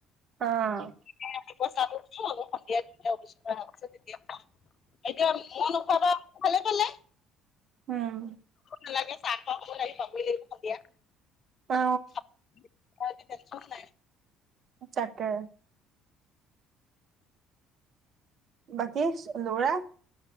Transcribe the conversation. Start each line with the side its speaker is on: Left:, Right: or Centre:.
Right: অ'
Left: ৰাতিপূৱা চালো তু সন্ধিয়া ধৰ অফিচ তেতিয়া <inaudible> মই নোখোৱা পা ভালে পালে।
Right: উম।
Left: নালাগে চাহ খোৱা সময়ত আহি পাব লাগিব সন্ধিয়া
Right: অ
Left: <inaudible> <unintelligible> নাই
Right: তাকে বাকী লৰা